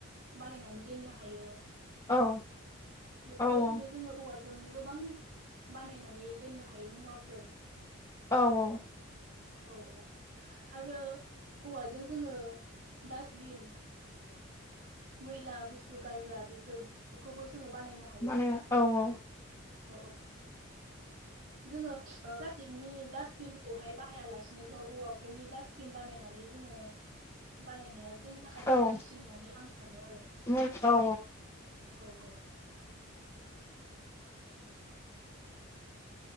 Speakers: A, on the right; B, on the left.
A: बानायनानै दोननो हायो।
B: औ
A: बेफोरबायदिनो
B: औ
A: जोङो औवाजों गोबां बानायनानै दोननो हायो मुवाफोर
B: औ औ
A: औ औ आरो हौवाजों जोङो डासटबिन मैला बुस्थु गारग्रा बेफोरखौबो जोङो बानायनो हायो
B: माने औ औ
A: औ औ जोङो फ्लासटिकनि दास्बिनखौहाय बाहाया लासेनो जों औवाफोरनि दास बिन बानायनानै जोङो बानायनाया जोंनि थाखाय मोजांसिन
B: औ
A: होननानै आं सानो आरो।
B: औ औ
A: औ औ